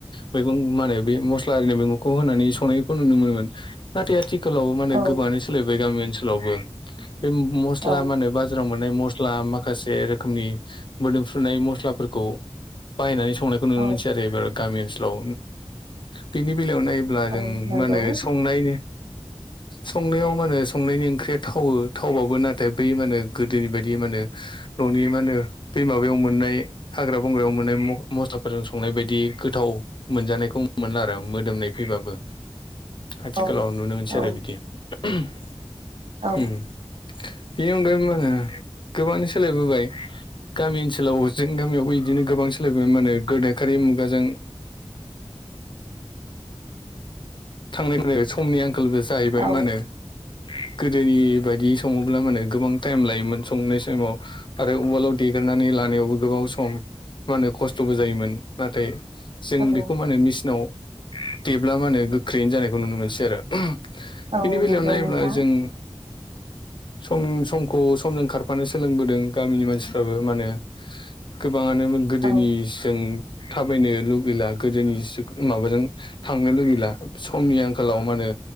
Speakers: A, on the left; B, on the right.
A: मैगं मा होनो बै मस्ला आरिनि मैगंखौ होनानै संनायखौ नुनो मोनोमोन नाथाय आथि खालाव मा होनो
B: औ
A: गोबाङानो सोलायबाय गामि ओनसोलावबो बे मस्ला
B: औ
A: मा होनो बाजाराव मोन नाय मसला माखासे रोखोमनि मोदोमफ्रुनाय मसलाफोरखौ बायनानै सं संनायखौ नुनो
B: औ
A: मोनसै आरो एबार गामि ओनसोलाव बिनि बिलायाव नायोब्ला जों
B: औ नंगौ
A: मा होनो संनाय संनायाव मा होनो संनायनि ओंख्रिया थावो थावबाबो नाथाय बै मा होनो गोदोनि बायदि मा होनो न'नि मा होनो बे माबायाव मोननाय हाग्रा बंग्रायाव मोननाय मख-मस्लाफोरजों संनाय बायदि गोथाव मोनजानायखौ मोनला आरो मोदोमनाय फैबाबो। आथिखालाव
B: औ
A: नुनो मोनसै
B: औ
A: आरो बिदि। उम।
B: औ
A: बेनि अनगायै मा होनो गोबाङानो सोलायबोबाय गामि ओनसो सोलाव जों गामियावबो इदिनो गोबां सोलायबोबाय मा होनो गोदो खारै मुगाजों थांनाय <unintelligible> समनि आंखालबो जाहैबाय
B: औ
A: मा होनो गोदोनि बायदि सङोब्ला मा होनो गोबां टाइम लायोमोन संनाय सायमाव आरो उवालाव देग्रा खारनानै लानायावबो गोबाव सम मा होनो खस्थ'बो जायोमोन नाथाय जों
B: औ
A: बेखौ माने मेसिनाव देब्ला म होने गोख्रैयैनो जानायखौ नुनो मोनसै आरो
B: औ
A: बेनि बेलायाव
B: नंगौ
A: नायोब्ला
B: नोंथां
A: जों सम समखौ समजों खारफानो सोलोंबोदों गामिनि मानसिफ्राबो माने गोबाङानो गोदोनि
B: औ
A: जों थाबायनो लुगैला गोदोनि माबाजों थांनो लुगैला समनि आंखालाव माने